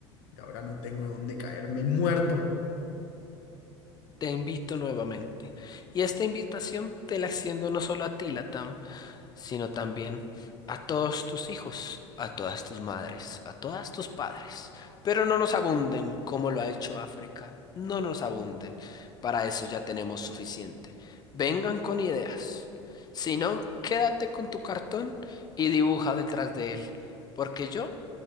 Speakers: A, on the left (about 55°); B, on the left (about 25°).
A: y ahora no tengo dónde caerme muerto.
B: Te invito nuevamente. Y esta invitación te la extiendo no solo a ti, Latam, sino también a todos tus hijos, a todas tus madres, a todas tus padres. Pero no nos abunden como lo ha hecho África. No nos abunden. Para eso ya tenemos suficiente. Vengan con ideas. Si no, quédate con tu cartón y dibuja detrás de él, porque yo